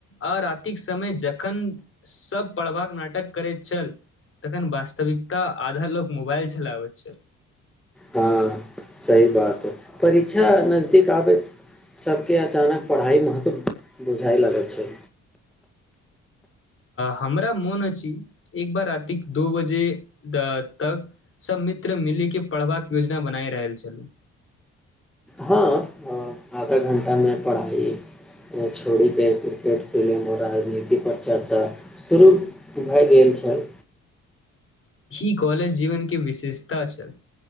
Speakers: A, on the left (about 45°); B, in the centre.
A: आ रातिक समय जखन सब पढ़बाक नाटक करैत छल तखन वास्तविकता आधा लोग मोबाइल चलाबैत छल।
B: हँ सही बात परीक्षा नजदीक आबै सबके अचानक पढ़ाइ महत्व बुझाए लगै छल।
A: हमरा मोन अछि एक बार राातिक दू बजे तक सब मित्र मिलीके पढ़बाक योजना बनाय रहल छलू।
B: हँ आधा घण्टामे पढ़ाइ छोड़ी क क्रिकेट ख लेले म निति पर चर्चा शुरू भए गेल छल
A: ही कॉलेज जीवन के विशेषता छै